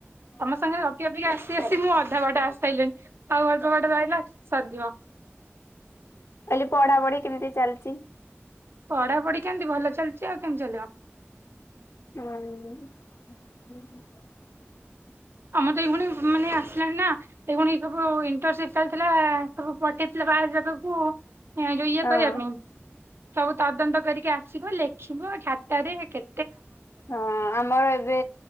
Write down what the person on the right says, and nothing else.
ତମ ସାଙ୍ଗରେ ଗପି ଗପି ଆସି ଆସି ମୁଁ ଆ ଅଧା ବାଟ ଆସିସାଇଲିଣି ଆଉ ଅଳ୍ପ ବାଟ ରହିଲା ସରିଯିବ।
ପଢାପଢି କେମତି ଭଲ ଚାଲିଛି ଆଉ କେମିତି ଚାଲିବ?
ଆମ ଦୁଇ ଭଉଣୀ ମାନେ ଆସିଲାଣି ନା। ସେ ଭଉଣୀ ର ସବୁ ଇଣ୍ଟରସିପ୍ ପାଇଥିଲା ସବୁ ପଠେଇଥିଲା ବାହା ରକୁ ଯୋଉ ଇଏ
କରିବା ପାଇଁ। ସବୁ ତଦନ୍ତ କରିକି ଆସିବ ଲେଖିବ ଖାତାରେ କେ